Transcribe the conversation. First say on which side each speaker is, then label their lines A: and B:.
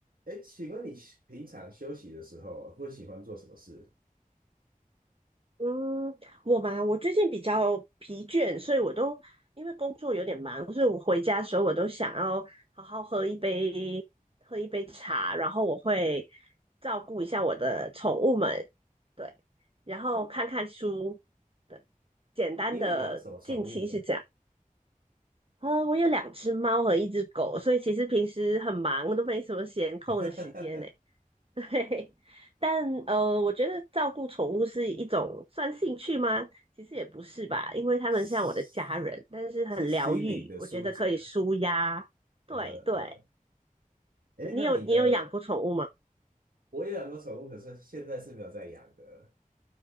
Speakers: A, on the right (about 85°); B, on the right (about 40°).
A: 哎，请问你平常休息的时候会喜欢做什么事？
B: 嗯，我嘛，我最近比较疲倦，所以我都因为工作有点忙，所以我回家的时候我都想要好好喝一杯喝一杯茶，然后我会照顾一下我的宠物们，对，然后看看书，
A: 哦，
B: 对，简单的近期是这样。
A: 你有养什么宠物呢？
B: 啊，我有两只猫和一只狗，所以其实平时很忙，都没什么闲空的时间呢。
A: <laughs>
B: <laughs> 对，但呃，我觉得照顾宠物是一种算兴趣吗？其实也不是吧，因为他们像我的家人，
A: 是
B: 但是很疗愈，
A: 是心灵的疏解。
B: 我觉得可以舒压。
A: 呃呃，
B: 对对，
A: 哎，
B: 你有你有养过宠物吗？
A: 那你的我也养过宠物，可是现在是没有在养的。